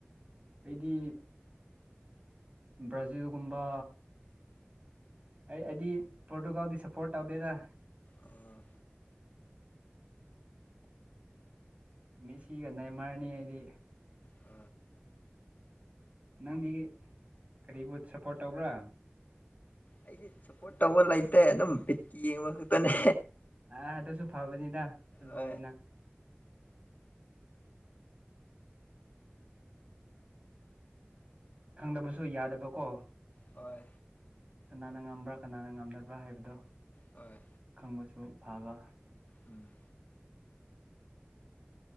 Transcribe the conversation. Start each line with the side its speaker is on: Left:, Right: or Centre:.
Right: ꯑꯩꯗꯤ ꯕ꯭ꯔꯥꯖꯤꯜꯒꯨꯝꯕ ꯑꯩ ꯑꯩꯗꯤ ꯄꯣꯔꯇꯨꯒꯥꯜꯗꯤ ꯁꯄ꯭ꯔꯣꯠ ꯇꯧꯗꯦꯗ
Left: ꯑꯥ
Right: ꯃꯤꯁꯤꯒ ꯅꯦꯃꯔꯅꯤ ꯑꯩꯗꯤ
Left: ꯑ
Right: ꯅꯪꯗꯤ ꯀꯔꯤꯕꯨ ꯁꯄ꯭ꯔꯣꯠ ꯇꯧꯕ꯭ꯔꯥ
Left: ꯑꯩꯗꯤ ꯁꯄ꯭꯭ꯣꯔꯠ ꯇꯧꯕ ꯂꯩꯇꯦ ꯑꯗꯨꯝ ꯕꯤꯠꯀꯤ ꯌꯦꯡꯕ ꯈꯛꯇꯅꯦ
Right: ꯑꯥ ꯗꯨꯁꯨ ꯐꯕꯅꯤꯗꯥ ꯐꯨꯠ ꯕꯣꯜ
Left: ꯍꯣꯏ
Right: ꯅꯤꯅ ꯈꯪꯗꯕꯁꯨ ꯌꯥꯗꯕꯀꯣ
Left: ꯍꯣꯏ
Right: ꯀꯅꯥꯅ ꯉꯝꯕ꯭ꯔꯥ ꯀꯅꯥꯅ ꯉꯝꯗꯕ꯭ꯔꯥ ꯍꯥꯏꯕꯗꯨ
Left: ꯍꯣꯏ
Right: ꯈꯪꯕꯁꯨ ꯐꯕ
Left: ꯎꯝ